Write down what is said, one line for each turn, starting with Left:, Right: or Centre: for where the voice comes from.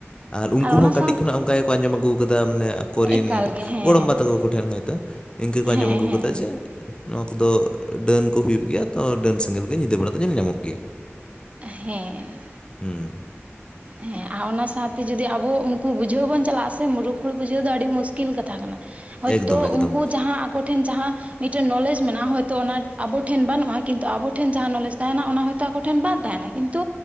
Left: ᱟᱨ ᱩᱱᱠᱩ
Right: ᱚᱱᱟ
Left: ᱦᱚᱸ ᱠᱟᱹᱴᱤᱡ
Right: ᱥᱟᱶᱛᱮ
Left: ᱠᱷᱚᱱᱟᱜ ᱚᱱᱠᱟ ᱜᱮᱠᱚ ᱟᱸᱡᱚᱢ ᱟᱹᱜᱩ ᱟᱠᱟᱫᱟ ᱢᱟᱱᱮ ᱟᱠᱚᱨᱮᱱ
Right: ᱮᱠᱟᱞ ᱜᱮ ᱦᱮᱸ
Left: ᱜᱚᱲᱚᱢᱵᱟ ᱛᱟᱠᱚ ᱠᱚᱴᱷᱮᱱ ᱦᱚᱭᱛᱳ ᱤᱱᱠᱟᱹ ᱠᱚ ᱟᱸᱡᱚᱢ
Right: ᱦᱮᱸ
Left: ᱟᱹᱜᱩ
Right: ᱦᱮᱸ
Left: ᱠᱟᱫᱟ ᱡᱮ ᱱᱚᱣᱟ ᱠᱚᱫᱚ ᱰᱟᱹᱱ ᱠᱚ ᱦᱩᱭᱩᱜ ᱜᱮᱭᱟ ᱛᱚ ᱰᱟᱹᱱ ᱥᱮᱸᱜᱮᱞ ᱜᱮ ᱧᱤᱫᱟᱹ ᱵᱮᱲᱟ ᱫᱚ ᱧᱮᱞ ᱧᱟᱢᱚᱜ ᱜᱮᱭᱟ
Right: ᱦᱮᱸ
Left: ᱦᱩᱸ
Right: ᱦᱮᱸ ᱟᱨ ᱚᱱᱟ ᱥᱟᱶᱛᱮ ᱡᱩᱫᱤ ᱟᱵᱚ ᱩᱱᱠᱩ ᱵᱩᱡᱷᱟᱹᱣ ᱵᱚᱱ ᱪᱟᱞᱟᱜᱼᱟ ᱥᱮ ᱢᱩᱨᱩᱠᱷ ᱦᱚᱲ ᱵᱩᱡᱷᱟᱹᱣ ᱫᱚ ᱟᱹᱰᱤ ᱢᱩᱥᱠᱤᱞ ᱠᱟᱛᱷᱟ ᱠᱟᱱᱟ ᱦᱳᱭᱛᱳ
Left: ᱮᱠᱫᱚᱢ ᱮᱠᱫᱚᱢ
Right: ᱩᱱᱠᱩ ᱡᱟᱦᱟᱸ ᱟᱠᱚ ᱴᱷᱮᱱ ᱡᱟᱦᱟᱸ ᱢᱤᱫᱴᱮᱱ ᱱᱚᱞᱮᱡ ᱢᱮᱱᱟᱜᱼᱟ ᱦᱚᱭᱛᱳ ᱟᱵᱚ ᱴᱷᱮᱱ ᱵᱟᱹᱱᱩᱜᱼᱟ ᱠᱤᱱᱛᱩ ᱟᱵᱚ ᱴᱷᱮᱱ ᱡᱟᱦᱟᱸ ᱱᱚᱞᱮᱢ ᱛᱟᱸᱦᱮᱱᱟ ᱚᱱᱟ ᱦᱚᱭᱛᱳ ᱟᱠᱚ ᱴᱷᱮᱱ ᱵᱟᱝ ᱛᱟᱦᱮᱱᱟ ᱠᱤᱱᱛᱩ